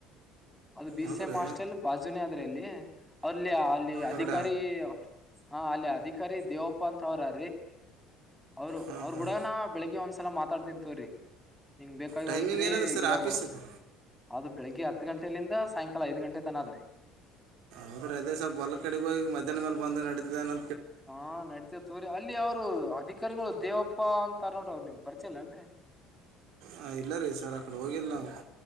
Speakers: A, in the centre; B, on the right (about 60°).
A: ಅದು ಬಿ
B: ಹೌದು
A: ಸಿ ಎಂ
B: ರೀ
A: ಹಸ್ಟೆಲ್ ಬಾಜುನೇ ಅದ್ರೆ ಅಲ್ಲಿ ಅಲ್ಲಿ ಅಲ್ಲಿ ಅಧಿಕಾರಿ
B: ಅಗಡ
A: ಹ ಅಲ್ಲಿ ಅಧಿಕಾರಿ ದೇವಪ್ಪ ಅಂತ ಅವ್ರ ಅವರು
B: ಹಾಂ
A: ಅವ್ರ
B: ಹಾಂ
A: ಕೂಡಾನ ಬೆಳಿಗ್ಗೆ ಒಂದ್ಸಲ ಮಾತಾಡ್ತೀನಿ ತಗೋರಿ ಹಿಂಗ್ ಬೇಕಾಗಿ
B: ಟೈಮಿಂಗ್
A: ಒಂತ್ರಿ
B: ಏನಾದ್ರಿ ಸರ್
A: ಗಿಡ
B: ಆಫೀಸ್
A: ಬಳ
B: ಅದು
A: ಅದು ಬೆಳಗ್ಗೆ ಹತ್ತು ಗಂಟೆ ಯಲ್ಲಿಂದ ಸಾಯಂಕಾಲ ಐದು ಗಂಟೆ ತನ ಆದ್ರೆ
B: ಹೌದೆ ಅದೇ ಸ್ವಲ್ ಹೊಲ ಕಡೆಗ ಹೋಗಿ ಮಧ್ಯಾಹ್ನ ಮೇಲೆ ಬಂದು ನಡೀದ್ದಿದೆನ
A: ಹಾ ನಡತೇ ತೋರಿ ಅಲ್ಲಿ ಅವ್ರು ಅದಿ ಚಕ್ಕರ್ಗಳು ದೇವಪ್ಪಾ ಅಂತಾರ್ ನೋಡ ಅವ್ರು ನಿಮ್ ಪರಿಚಯ ಇಲ್ಲೇನ್ರಿ
B: ಹ ಇಲ್ಲ ರೀ ಸರ್ ಅಕಡೆ ಹೋಗಿಲ್ಲ ನಾವು